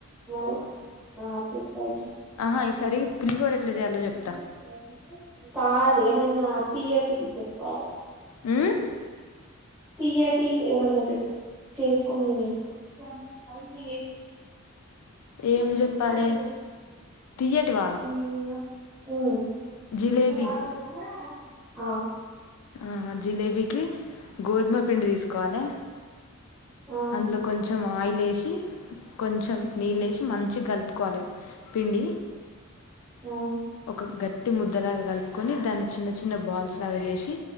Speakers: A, in the centre; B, on the left (about 75°).
A: మల్ల ఆ చెప్పుయితే
B: ఆహా
A: <unintelligible>
B: ఈసారి పులిహోర ఎట్లా చేయాలో చెప్తా
A: కాదు ఎమన్న తీయటి వి జెప్పాలి
B: ఉమ్
A: తియటివి ఏమన్నా చెప్పు చేసుకోని తినేటివి
B: ఏం
A: మా ఫ్రెండ్స్
B: చెప్పాలే
A: నాల్గుర్ చేసిర్రు
B: తియ్యటివా
A: <unintelligible> ఊ ఉగ్
B: జిలేబీ
A: చాలైన ఆ
B: ఆ జిలేబీకి గోధుమ పిండి తీసుకోవాలి
A: ఆ
B: అందులో కొంచెం ఆయిల్ ఏశి కొంచెం నీళ్ళేసి మంచిగా గలుపుకోవాలి పిండి
A: ఆ
B: ఒక గట్టి ముద్దలాగా కలుపుకొని దాన్ని చిన్న చిన్న బాల్స్ లాగా చేసి